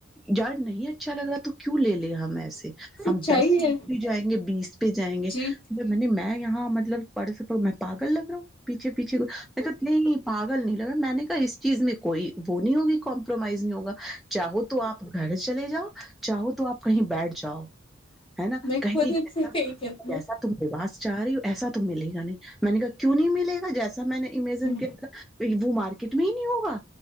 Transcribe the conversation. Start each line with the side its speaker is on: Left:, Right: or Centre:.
Centre: جار نہیں اچھا لگ رہا تو کیوں لے لے <unintelligible> ہم ایسے
Left: سچائی
Centre: ہم دس
Left: ہے
Centre: پہ جائیں گے بیس پہ جائیں گے جب
Left: جی
Centre: <unintelligible> میں یہاں مطلب پڑس میں پاگل لگ رہا ہوں <unintelligible> پیچھے پیچھے میںا نہیں پاگل نہیں <unintelligible> اگر میں نے کہا اس چیز میں کوئی وہ نہیں ہوگی کمپرومائز نہیں ہوگا <unintelligible> چاہو تو آپ گھر <unintelligible> چلے جاؤ <unintelligible> چاہو تو آپ کہیں بیٹھ جاؤ <unintelligible> ہے نا
Left: میں
Centre: کہیں
Left: خود
Centre: گے
Left: ہم سے
Centre: جا
Left: ہی کہتی
Centre: جیسا تم <unintelligible> چاہ رہی ہوں ایسا تو ملے گا نہیں میں نے کہا کیوں نہیں ملےا جیسا میں نے <unintelligible> امیجن
Left: ہوں
Centre: کیا <unintelligible> وہ مارکیٹ میں ہی نہیں ہوگا